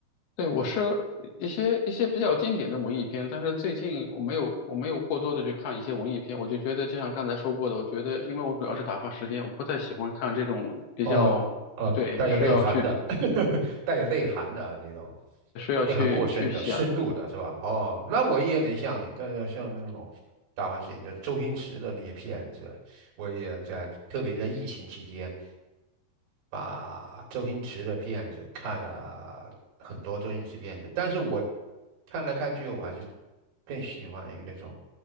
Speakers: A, on the left (about 70°); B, on the right (about 80°).
A: 对，我是一些一些比较经典的文艺片，但是最近我没有我没有过多的去看一些文艺片，我就觉得就像刚才说过的，我觉得因为我主要是打发时间，我不太喜欢看这种比较，
B: 哦哦，
A: 对，
B: 带有内涵的，
A: 需要去
B: <laughs> 带有内涵的那种，
A: 需要去去想，
B: 内涵过深的、深度的，是吧？哦，那我也有点像你，但是像那种打完事情，就周星驰的那些片子，我也在，特别在疫情期间。把周星驰的片子看了很多周星驰片子，但是我看来看去，我还是更喜欢于那种，